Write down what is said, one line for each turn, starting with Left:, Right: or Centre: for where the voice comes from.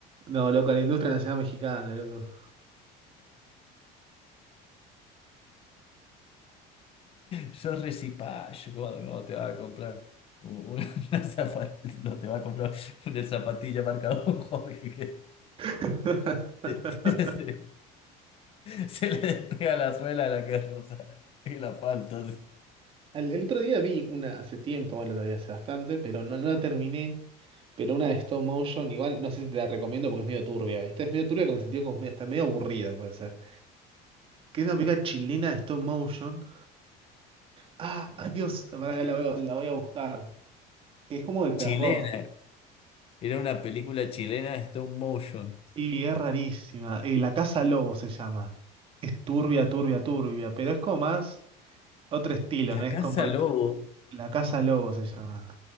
Right: No, loco, la industria nacional mexicana, loco.
Left: Yo recipayo, ¿cómo, cómo te va a comprar un- una <laughs> zapatilla? No te va a comprar una zapatilla marca Don <laughs> Jorge.
Right: <laughs>
Left: <laughs> Se, le despega la suela a la que rosa. Y la falta. sí.
Right: Al- el otro día vi una hace tiempo, bueno, el otro día hace bastante, pero no, no la terminé. Pero una de stop motion, igual no sé si te la recomiendo porque es medio turbia, ¿viste? Es medio turbia con el sentido como medio- está medio aburrida, puede ser. Que es una película chilena de stop motion. Ah, ay Dios, para que la voy, a la voy a buscar. Que es como de terror.
Left: Chilena. Era una película chilena de stop motion.
Right: Sí, es rarísima. Eh, La Casa Lobo se llama. Es turbia, turbia, turbia, pero es como más otro estilo,
Left: La
Right: ¿no? Es
Left: Casa
Right: como de...
Left: Lobo.
Right: La Casa Lobo se llama.